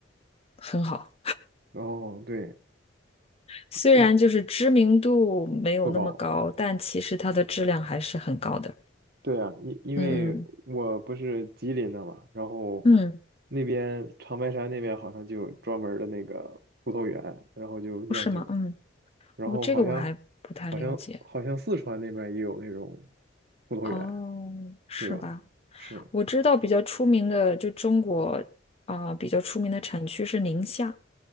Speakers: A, on the left; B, on the right.
A: 很好。
B: 哦，对，
A: 虽然就是知名度没有那么高，
B: 一不高，
A: 但其实它的质量还是很高的。
B: 对啊，因因为我不是吉林的嘛，
A: 嗯
B: 然后
A: 嗯嗯，
B: 那边长白山那边好像就有专门儿的那个葡萄园，然后就酿酒。
A: 不是吗？嗯，
B: 然后好像
A: 哦，这个我还不太了解。
B: 好像好像四川那边儿也有那种葡萄园，
A: 哦，是吧？
B: 对吧？是，
A: 我知道比较出名的，就中国啊、比较出名的产区是宁夏。